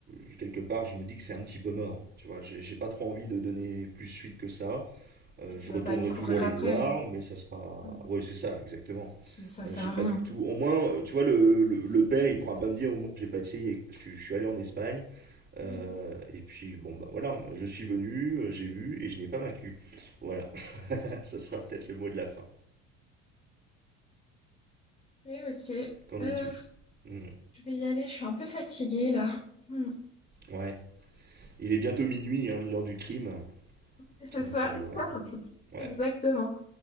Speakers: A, on the right (about 30°); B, on the left (about 25°).
A: je- quelque part je me dis que c'est un petit peu mort tu vois j'ai j'ai pas trop envie de donner plus suite que ça Euh,
B: Oui, tu
A: je
B: vas
A: retournerai
B: pas lui courir
A: toujours les
B: après.
A: voir mais ça sera
B: Mm.
A: ouais c'est ça exactement
B: C'est- Ça
A: Euh,
B: sert
A: j'ai
B: à
A: pas
B: rien.
A: du tout au moins euh, tu vois le, le, le père il pourra pas me dire au moins j'ai pas essayé je, suis- je suis allé en Espagne euh,
B: Oui.
A: et puis bon bah voilà je suis venu euh, j'ai vu et je n'ai pas vaincu voilà <laughs> ça sera peut-être le mot de la fin
B: Après, ok.
A: qu'en dis-tu
B: Euh,
A: Hmm.
B: je vais y aller. Je suis un peu fatiguée là. Mm.
A: ouais il est bientôt minuit hein, l'heure du crime
B: C'est
A: donc
B: ça.
A: euh, ouais
B: <laughs>
A: ouais
B: Exactement.